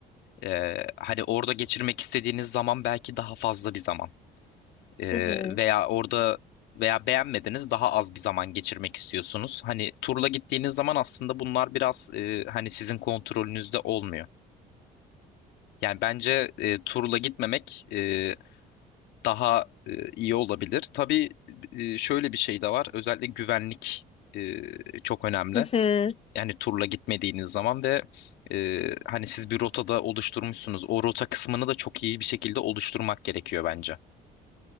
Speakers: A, on the left; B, on the left.
A: Ee, hani orada geçirmek istediğiniz zaman belki daha fazla bir zaman. Ee,
B: Hı hı.
A: veya orada veya beğenmediniz daha az bir zaman geçirmek istiyorsunuz. Hani turla gittiğiniz zaman aslında bunlar biraz ee, hani sizin kontrolünüzde olmuyor. Yani bence e, turla gitmemek e, daha e, iyi olabilir. Tabii e, şöyle bir şey de var. Özellikle güvenlik e, çok önemli.
B: Hı hı.
A: Yani turla gitmediğiniz zaman ve e, hani siz bir rotada oluşturmuşsunuz. O rota kısmını da çok iyi bir şekilde oluşturmak gerekiyor bence.